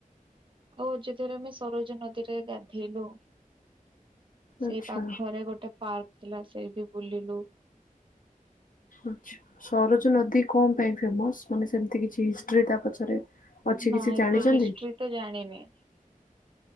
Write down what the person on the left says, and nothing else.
ଆଛା
ଆଛା ସରୋଜ ନଦୀ କଣ ପାଇଁ ଫେମସ ମାନେ ସେମିତି କିଛି ହିଷ୍ଟ୍ରି ତା ପଛରେ ଅଛି
କିଛି
ଜାଣିଛନ୍ତି